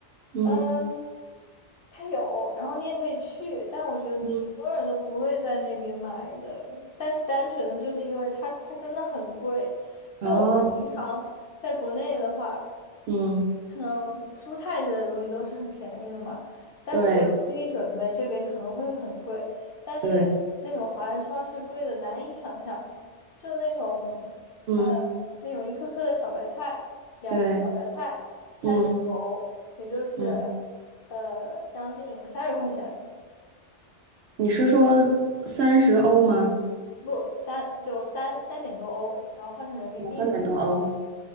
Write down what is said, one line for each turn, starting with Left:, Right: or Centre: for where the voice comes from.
Right: 嗯
Left: 嗯，它有，然后你也可以去，但我觉得挺多人都不会在那边买的。
Right: 嗯，
Left: 但是单纯的就是因为它它真的很贵，就平常在国内的话。
Right: 哦，嗯，
Left: 可能蔬菜类的东西都是很便宜的嘛，但是我有心理准备，
Right: 对
Left: 这边可能会很贵，但是那种华人超市贵的难以想象，
Right: 对，
Left: 就那种呃
Right: 嗯。
Left: 那种一颗颗的小白菜，两颗小白菜三点多欧，
Right: 对，嗯
Left: 也就是
Right: 嗯，
Left: 呃将近三十块钱，
Right: 你是说三十欧吗？
Left: 不三就三三点多欧，然后换成人民币嘛，
Right: 三点多欧。